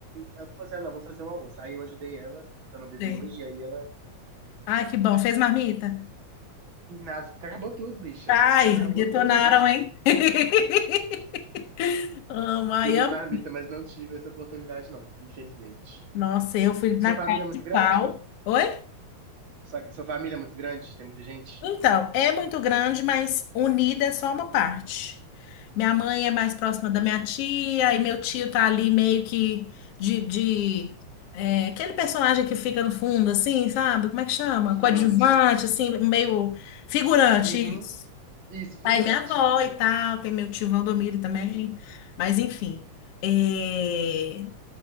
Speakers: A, on the right (about 45°); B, on the left (about 65°).
A: ela falou assim: ah, não, vou fazer um almoço. Aí eu ajudei ela, que eu não bebi
B: Tem.
A: hoje, e aí ela.
B: Ai, que bom. Fez marmita?
A: disse, Nossa, acabou tudo, bicha.
B: Ai,
A: Acabou
B: detonaram,
A: tudo.
B: hein? <laughs> Amo, ai,
A: Queria
B: amo.
A: marmita, mas não tive essa oportunidade, não, infelizmente.
B: Nossa, eu fui
A: E
B: na
A: sua família
B: cara
A: é muito
B: de
A: grande?
B: pau. Oi?
A: Sua, sua família é muito grande? Tem muita gente?
B: Então, é muito grande, mas unida é só uma parte. Minha mãe é mais próxima da minha tia, e meu tio tá ali meio que de, de é, aquele personagem que fica no fundo, assim, sabe? Como é que chama?
A: Figurante.
B: Coadjuvante, assim, meio figurante,
A: Uhum.
B: isso.
A: Isso, figurante,
B: Aí minha avó
A: isso.
B: e tal, tem meu tio Valdomiro também, mas enfim. é,